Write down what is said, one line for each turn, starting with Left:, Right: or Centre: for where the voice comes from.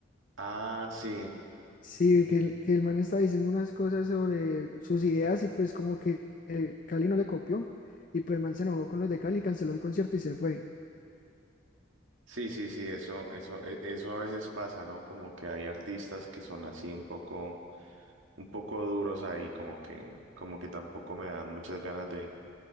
Right: Ah, sí.
Left: Sí, que el, que el man estaba diciendo unas cosas sobre sus ideas y pues como que eh, Cali no le copió y pues el man se enojó con los de Cali, canceló el concierto y se fue.
Right: Sí, sí, sí, eso, eso, e- eso a veces pasa, ¿no? Como que hay artistas que son así un poco, un poco duros ahí, como que, como que tampoco me dan muchas ganas de,